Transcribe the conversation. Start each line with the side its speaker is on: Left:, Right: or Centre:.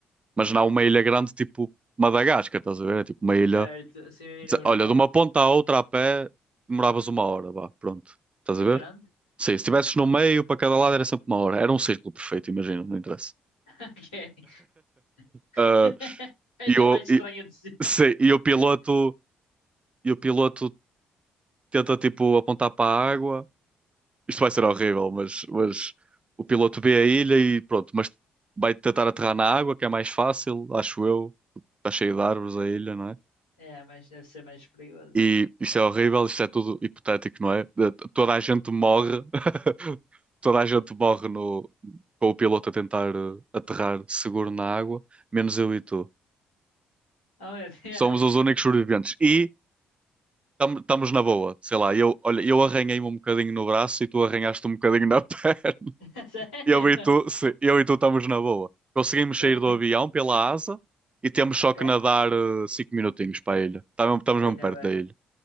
Right: mas não uma ilha grande tipo Madagascar, estás a ver? É tipo uma ilha.
Left: certo. Assim minúscula.
Right: Olha, de uma ponta à outra a pé demoravas uma hora, vá, pronto, estás
Left: Bem
Right: a ver?
Left: grande.
Right: Sim, se estivesses no meio, para cada lado era sempre uma hora. Era um círculo perfeito, imagino, não interessa.
Left: <laughs> Ok.
Right: Ah,
Left: <laughs> É
Right: e,
Left: a
Right: o,
Left: mais estranha
Right: e,
Left: de sempre.
Right: sim, e o piloto,
Left: <laughs>
Right: e o piloto tenta tipo apontar para a água. Isto vai ser horrível, mas, mas o piloto vê a ilha e pronto, mas vai tentar aterrar na água, que é mais fácil, acho eu. Está cheio de árvores a ilha, não é?
Left: É, mas deve ser mais perigoso.
Right: E isto é horrível, isto é tudo hipotético, não é? Eh, Toda a gente morre, <laughs> toda a gente morre no, com o piloto a tentar eh, aterrar seguro na água, menos eu e tu.
Left: Oh meu Deus!
Right: Somos os únicos sobreviventes e estamos na boa. Sei lá, eu, olha, eu arranhei-me um bocadinho no braço e tu arranhaste um bocadinho na <laughs> perna.
Left: <laughs> Sério?
Right: Eu e tu, sim, eu e tu estamos na boa. Conseguimos
Left: <laughs>
Right: sair do avião pela asa e temos só
Left: Ok.
Right: que nadar eh, 5 minutinhos para a ilha. Estamos
Left: Ui,
Right: mesmo
Left: não,
Right: perto da ilha.